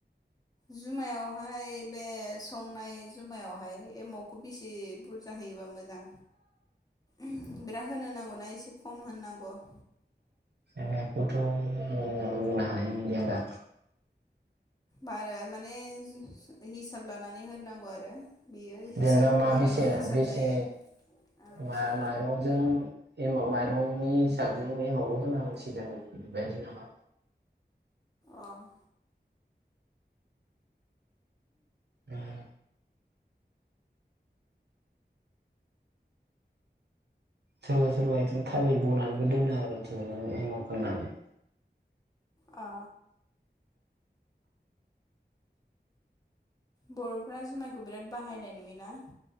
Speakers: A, on the left; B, on the right.
A: जुमायावहाय बे संनाय जुमायावहाय एमावखौ बेसे बुरजा होयोबा मोजां ओहोम बिरा होनो नांगौना एसे खम होनो नांगौ? <inaudible>
B: एमावखौथ' बुंनो हानाय नंलिया दा।
A: बारा माने हिसाब लानानै होननांगौ आरो। बेयो हिसाब
B: जेनेबा मा
A: माबाजों
B: बेसे
A: हिसाब
B: बेसे
A: जायो अ
B: मा माइरंजों एमाव माइरंनि हिसाबजों एमावबो होनांसिगोन बेबायदि नामा?
A: अ। <inaudible>
B: उम। सोरबा सोरबा बिदिनो थालिर बनानैबो दोनो आरो बिदिनो एमाव फोननानै।
A: अ। बर'फोरा जुमायखौ बिराद बाहायनाय नु योना? <inaudible>